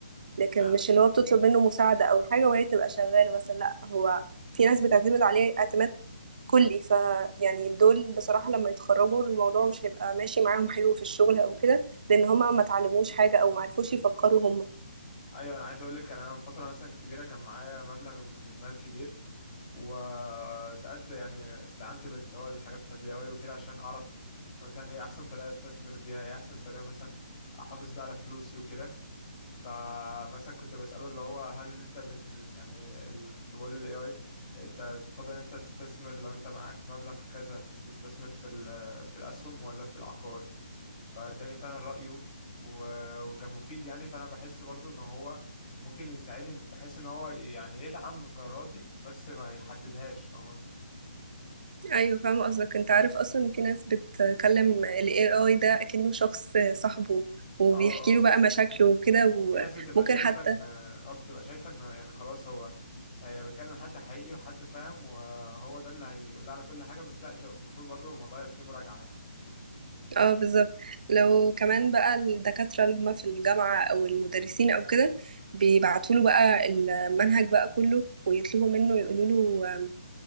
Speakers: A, on the right; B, on the left.
A: لكن
B: آه،
A: مش اللي هو بتطلب منه مساعدة أو حاجة وهي تبقى شغالة مثلا لأ هو في ناس بتعتمد عليه اعتماد كلي ف يعني دول بصراحة لما يتخرجوا الموضوع مش هيبقى ماشي معاهم حلو في الشغل أو كده لأن هما ما تعلموش حاجة أو ما عرفوش يفكروا هما
B: ايوه انا عايز اقول لك انا من فتره مثلا كبيره كان معايا مبلغ من المال كبير وساعات يعني استعنت باللي هو الحاجات بتاعت الاي اي وكده عشان اعرف مثلا ايه احسن طريقه استثمر بيها ايه احسن طريقه مثلا احافظ بيها على فلوسي وكده فمثلا كنت بساله اللي هو هل انت بال يعني ال- كنت بقول للاي اي انت تفضل انت تستثمر لو انت معاك مبلغ كذا تستثمر في ال- في الاسهم ولا في العقار فاداني فعلا رايه و- وكان مفيد يعني فانا بحس برضو ان هو ممكن يساعدني بحيث ان هو يعني يدعم قراراتي بس ما يحددهاش فاهم قصدي
A: أيوة فاهمة قصدك أنت عارف أصلا إن في ناس بتكلم ال AI ده أكنه شخص صاحبه وبيحكي
B: اه اه
A: له بقى مشاكله وكده وممكن
B: في ناس بتبقى شايفه
A: حتى
B: ان اه بتبقى شايفه ان يعني خلاص هو هي بتكلم حد حقيقي وحد فاهم وهو ده اللي هيقول لها على كل حاجه بس لا انت المفروض برضو الموضوع يبقى فيه مراجعه يعني
A: اه بالظبط لو كمان بقى الدكاترة اللي هما في الجامعة أو المدرسين أو كده بيبعتوا له بقى المنهج بقى كله ويطلبوا منه يقولوا له